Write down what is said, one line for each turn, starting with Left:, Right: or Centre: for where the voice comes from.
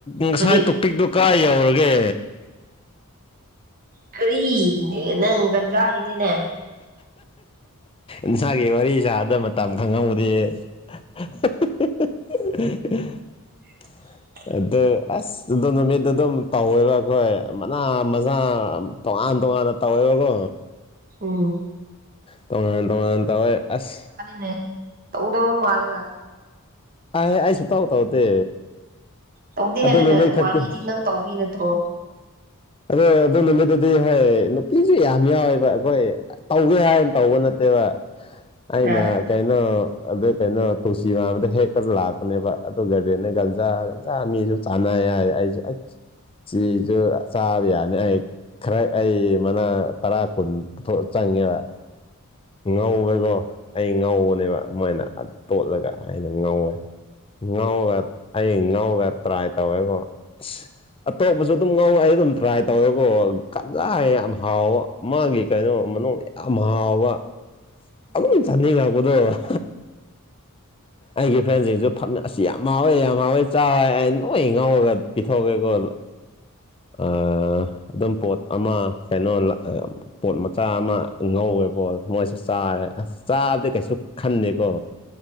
Left: ꯉꯁꯥꯏ
Right: ꯍꯧꯖꯤꯛ
Left: ꯇꯣꯄꯤꯛꯇꯣ ꯀꯥꯏ ꯌꯧꯔꯒꯦ
Right: ꯀꯔꯤꯅꯦ ꯅꯪ ꯒꯟꯖꯥꯒꯤꯅꯦꯅꯦ
Left: ꯏꯟꯁꯥꯒꯤ ꯋꯥꯔꯤ ꯁꯥꯕꯗ ꯃꯇꯝ ꯈꯪꯍꯧꯗꯦ ꯍ ꯍ ꯍ ꯍ <unintelligible>
Right: <inaudible>
Left: ꯑꯗ ꯑꯁ ꯑꯗꯨ ꯅꯨꯃꯤꯠꯇ ꯑꯗꯨꯝ ꯇꯧꯋꯦꯕ ꯑꯩꯈꯣꯏ ꯃꯅꯥ ꯃꯁꯥ ꯇꯣꯉꯥꯟ ꯇꯣꯉꯥꯟꯅ ꯇꯧꯋꯦꯕꯀꯣ
Right: ꯎꯝ
Left: ꯇꯣꯡꯉꯥꯟ ꯇꯉꯥꯟ ꯇꯧꯋꯦ ꯑꯁ
Right: ꯅꯦ ꯇꯧꯗꯕꯥ ꯃꯥꯜꯂꯒ
Left: ꯑꯍꯦ ꯑꯩꯥ ꯁꯨꯛꯇꯧ ꯇꯧꯗꯦ
Right: ꯇꯧꯗꯦ
Left: ꯑꯗꯨ
Right: ꯍꯥꯏꯔꯒ
Left: ꯅꯨꯃꯤꯠ ꯈꯛꯇ
Right: ꯋꯥꯔꯤꯗꯤ ꯅꯪ ꯇꯧꯕꯤ ꯅꯠꯇ꯭ꯔꯣ
Left: ꯑꯗꯣ ꯑꯗꯨ ꯅꯨꯃꯤꯠꯇꯨꯗꯤ ꯍꯣꯏ ꯅꯨꯄꯤꯁꯨ ꯌꯥꯝ ꯌꯥꯎꯋꯦꯕ ꯑꯩꯈꯣꯏ ꯇꯧꯒꯦ ꯍꯥꯏꯅ ꯇꯧꯕ ꯅꯠꯇꯦꯕ ꯑꯩꯅ
Right: ꯎꯝ
Left: ꯀꯩꯅꯣ ꯑꯗꯨꯗ ꯀꯩꯅꯣ ꯇꯨꯁꯤ ꯃꯥꯟꯕꯗ ꯍꯦꯛꯄꯗ ꯂꯥꯛꯄꯅꯦꯕ ꯑꯗꯨ ꯒꯥꯔꯗꯟꯅ ꯒꯟꯖꯥ ꯒꯟꯖꯥ ꯃꯤꯁꯨ ꯆꯥꯟꯅꯩ ꯌꯥ ꯑꯩꯁꯨ ꯑꯩ ꯁꯤꯁꯨ ꯆꯥꯕ ꯌꯥꯅꯤ ꯑꯩ ꯈꯔ ꯑꯩ ꯃꯅꯥ ꯇꯔꯥ ꯀꯨꯟ ꯄꯨꯊꯣꯛꯑ ꯆꯪꯉꯦꯕ ꯉꯧꯔꯦꯀꯣ ꯑꯩ ꯉꯧꯕꯅꯦꯕ ꯃꯣꯏꯅ ꯇꯣꯠꯂꯒ ꯑꯩꯅ ꯉꯧꯋꯦ ꯉꯧꯒ ꯑꯩ ꯉꯧꯒ ꯇ꯭ꯔꯥꯏ ꯇꯧꯋꯦꯀꯣ ꯏꯁ
Right: <inaudible>
Left: ꯑꯇꯣꯞꯄꯁꯨ ꯑꯗꯨꯝ ꯉꯧꯋꯦ ꯑꯩ ꯑꯗꯨꯝ ꯇ꯭ꯔꯥꯏ ꯇꯧꯋꯦꯀꯣ ꯀꯖꯥꯏ ꯌꯥꯝ ꯍꯥꯎꯕ ꯃꯥꯒꯤ ꯀꯩꯅꯣ ꯃꯅꯨꯡꯗ ꯌꯥꯝ ꯑꯝ ꯍꯥꯎꯕ ꯑꯗꯨꯝ ꯆꯥꯅꯤꯡꯉꯛꯄꯗꯣ ꯑ ꯑꯩꯒꯤ ꯐ꯭ꯔꯦꯟꯁꯤꯡꯁꯨ ꯐꯝꯃꯦ ꯑꯁꯤꯁ ꯌꯥꯝ ꯍꯥꯎꯋꯦ ꯌꯥꯝ ꯍꯥꯎꯋꯦ ꯆꯥꯋꯏ ꯑꯩ ꯂꯣꯏ ꯉꯧꯔꯒ ꯄꯤꯊꯣꯛꯑꯀꯦꯀꯣ
Right: <inaudible>
Left: ꯑ ꯑꯗꯨꯝ ꯄꯣꯠ ꯑꯃ ꯀꯩꯅꯣ ꯂꯛꯑ ꯄꯣꯠ ꯃꯆꯥ ꯑꯃ ꯉꯧꯋꯦꯕꯣ ꯃꯣꯏꯁ ꯆꯥꯔꯦ ꯑꯁ ꯆꯥꯕꯗꯤ ꯀꯩꯁꯨ ꯈꯟꯗꯦꯀꯣ